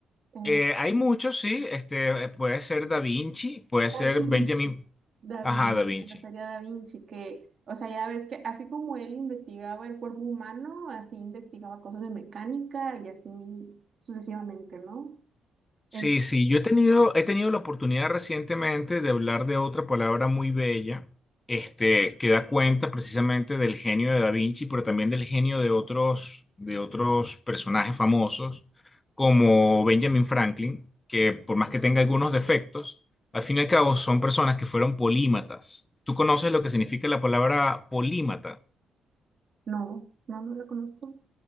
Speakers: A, on the right; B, on the left.
A: Eh,
B: Eh, hay muchos, sí. Este, eh, puede ser Da Vinci, puede
A: Da
B: ser
A: Vinci.
B: Benjamin.
A: Da
B: Ajá,
A: Vinci,
B: Da Vinci.
A: me refería a Da Vinci, que, o sea, ya ves que así como él investigaba el cuerpo humano, así investigaba cosas de mecánica y así sucesivamente, ¿no?
B: Sí,
A: En-
B: sí. Yo he tenido, he tenido la oportunidad recientemente de hablar de otra palabra muy bella, este, que da cuenta precisamente del genio de Da Vinci, pero también del genio de otros, de otros personajes famosos, como Benjamin Franklin, que por más que tenga algunos defectos, al fin y al cabo son personas que fueron polímatas. ¿Tú conoces lo que significa la palabra polímata?
A: no, no, no la conozco.